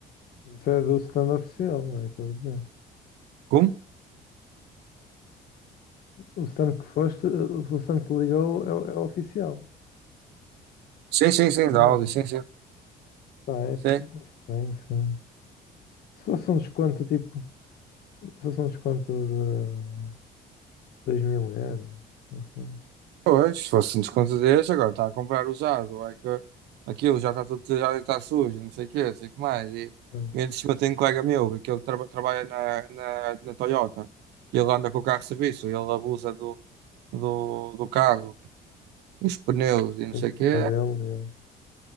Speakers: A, on the left (about 65°); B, on the right (about 85°).
A: Isso é do stand oficial, não é? Estou a dizer.
B: Como?
A: O stand que foste, o stand que ligou é, o- é o oficial
B: Sim, sim, sim,
A: da
B: da
A: marca.
B: Audi, sim, sim.
A: Pá, é,
B: Sim.
A: é estranho, sim. Se fosse um desconto tipo, se fosse um desconto de dois mil euros, assim,
B: Pois, se fosse um desconto desse, agora está a comprar usado, é que aquilo já está tudo já está sujo, não sei o quê, não sei o que mais. E,
A: sim,
B: e antes de cima tem um colega meu, que ele traba- trabalha na, na, na Toyota, que ele anda com o carro de serviço, ele abusa do, do, do carro, os pneus e não
A: sempre
B: sei o
A: não
B: quê.
A: é dele.